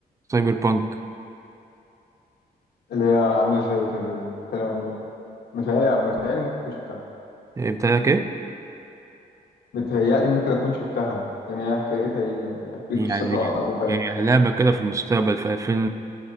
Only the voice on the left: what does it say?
اللي هي عامله ازاي كانت بتتكلم عن إيه؟ متهيألي متهيألي ممكن تكون شفتها
بتهيألي ممكن أكون شفتها يعني هي حكايتها إيه؟ أحكي
لك قصتها جوفاء